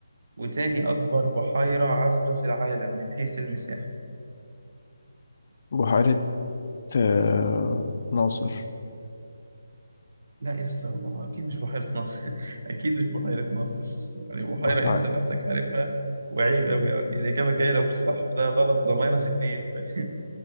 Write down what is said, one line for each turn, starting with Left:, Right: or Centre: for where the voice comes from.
Right: وتاني أكبر بحيرة عذبة في العالم من حيث المساحة
Left: بحيرة آه، ناصر
Right: لا يا اسطى هو أكيد مش بحيرة ناصر <laughs> أكيد مش بحيرة ناصر يعني بحيرة
Left: بح...
Right: أنت نفسك عارفها وعيب أوي يعني الإجابة الجاية لو مش صح ده غلط ده ماينس اتنين <laughs>